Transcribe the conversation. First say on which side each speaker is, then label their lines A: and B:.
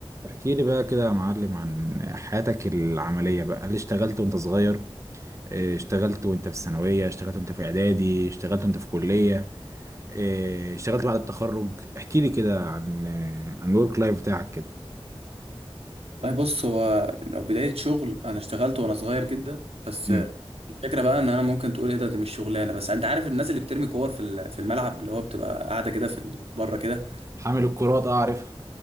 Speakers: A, on the right; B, on the right.
A: احكي لي بقى كده يا معلم عن حياتك العملية بقى اللي اشتغلت وانت صغير إيه، اشتغلت وانت في الثانوية اشتغلت وانت في اعدادي اشتغلت وانت في كلية إيه، اشتغلت بعد التخرج احكي لي كده عن آه، عن الورك لايف بتاعك كده
B: طيب بص هو لو بداية شغل أنا اشتغلت وأنا صغير جدا بس
A: مم.
B: آه، الفكرة بقى إن أنا ممكن تقول إيه ده دي مش شغلانة بس أنت عارف الناس اللي بترمي كور في ال- في الملعب اللي هو بتبقى قاعدة كده في ال- بره كده
A: حامل الكرات اعرف